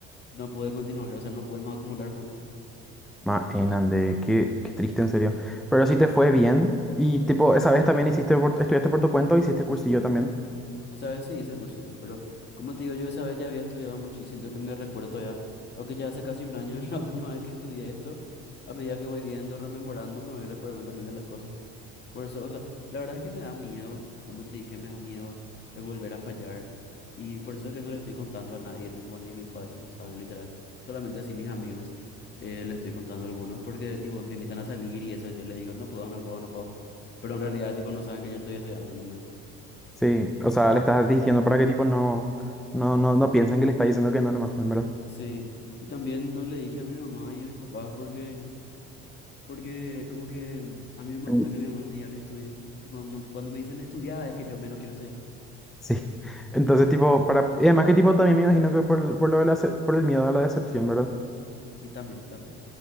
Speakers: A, on the left; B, in the centre.
A: no pude continuar, o sea, no pude más acumular puntos.
B: ma Mainande, qué, qué triste en serio. Pero sí te fue bien. Y tipo, esa vez también hiciste por- estudiaste por tu cuenta o hiciste cursillo también.
A: Esa vez sí hice cursillo, pero como te digo, yo esa vez ya había estudiado mucho y siento que me recuerdo todavía, aunque ya hace casi un año <laughs> la última vez que estudié esto, a medida que voy viendo, rememorando, me voy recordando también de las cosas. Por eso, o sea, la verdad es que me da miedo, como te dije, me da miedo de volver a fallar y por eso es que no le estoy contando a nadie, tipo, ni mis padres no saben, literal, solamente así mis amigos eh, le estoy contando a algunos porque, tipo, me invitan a salir y eso, yo les digo, no puedo, no puedo, no puedo, pero en realidad, tipo, no saben que yo estoy estudiando. ¿no?
B: Sí, o sea, le estás diciendo para que tipo no, no, no, no piensen que le estás diciendo que no, nomás también, ¿verdad?
A: Sí, y también no le dije a mi mamá y a mis papás porque, porque como que a mí no me
B: Mm.
A: gusta que mi mamá me diga que estudie. Tipo, no- cuando me dicen estudiar es que yo menos quiero estudiar.
B: Sí. Entonces, tipo, para. Y además que tipo también me imagino que por, el- por lo de la ce- por el miedo a la decepción, ¿verdad?
A: Sí, también, también.